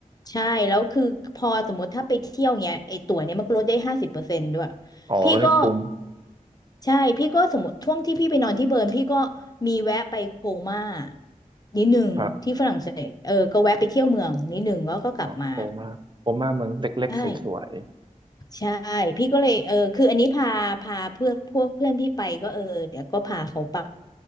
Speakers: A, on the left; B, on the right.
A: ใช่แล้วคือพอสมมติถ้าไปเที่ยวเนี้ยไอตั๋วเนี้ยมันก็ลดได้ห้าสิบเปอร์เซ็นต์ด้วย
B: อ๋อนี่คุ้ม
A: พี่ก็ใช่พี่ก็สมมติช่วงที่พี่ไปนอนที่เบิร์นพี่ก็มีแวะไปโคม่านิดหนึ่งที่ฝรั่งเศสเออก็แวะไปเที่ยวเมืองนิดหนึ่งแล้วก็กลับมา
B: ครับอ๋อโกมาโกมาเมืองเล็กๆสวย
A: ใช่ใช่พี่ก็เลยเออคืออันนี้พาพาเพื่อนพวกเพื่อนพี่ไปก็เออเดี๋ยวก็พาเขาไป